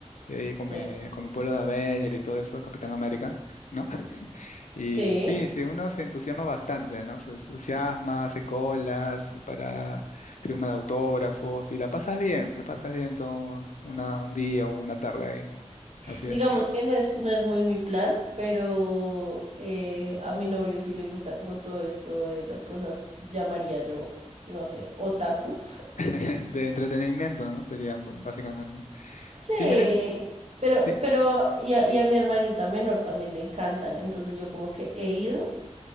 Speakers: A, on the left; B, on the right.
A: de ahí con
B: Sí.
A: mi, con mi pueblo de Avenger y todo eso, Capitán América, ¿no? <laughs> Y
B: Sí,
A: sí, sí, uno se entusiasma bastante, ¿no? Se entusiasma, hace colas para firma de autógrafos y la pasas bien, la pasas bien todo una, un día o una tarde ahí, así
B: digamos
A: es.
B: que no es, no es muy mi plan, pero eh, a mi novio sí le gusta como todo esto de las cosas, llamaría yo, no sé, otaku.
A: <laughs> De entretenimiento, ¿no? Sería b- básicamente.
B: Sí,
A: Sí, mire,
B: pero,
A: sí,
B: pero, y a, y a mi hermanita menor también le encantan, entonces yo como que he ido